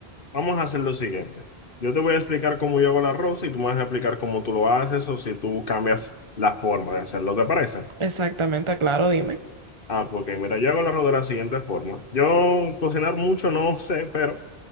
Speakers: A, on the left; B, on the right.
A: vamos a hacer lo siguiente. Yo te voy a explicar cómo yo hago el arroz y tú me vas a explicar cómo tú lo haces o si tú cambias la forma de hacerlo, ¿te parece?
B: Exactamente, claro, dime.
A: Ah, porque mira, yo hago el arroz de la siguiente forma. Yo cocinar mucho no <laughs> sé, pero